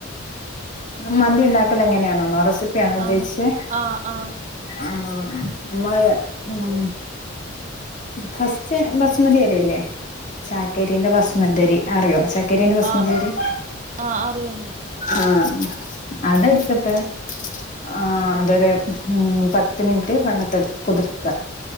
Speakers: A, on the left; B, on the right.
A: മന്തി ഉണ്ടാക്കൽ എങ്ങനെയാണോെന്നോ റെസിപ്പിയാണോ ഉദ്ദേശിച്ചെ
B: ആഹ് ആഹ് ആഹ്
A: ആഹ് നമ്മള് ഉം ഫസ്റ്റ് ബസ്മതി അരിയില്ലേ <unintelligible> ബസ്മതി അരി അറിയോ <unintelligible> ബസ്മതി
B: ആഹ്
A: അരി
B: ആഹ് ആഹ് അറിയാം
A: ആഹ് അത് എട്ത്തിട്ട് ആഹ് അതൊരു ഉം പത്ത് മിനിറ്റ് വെള്ളത്തിൽ കുതിർക്ക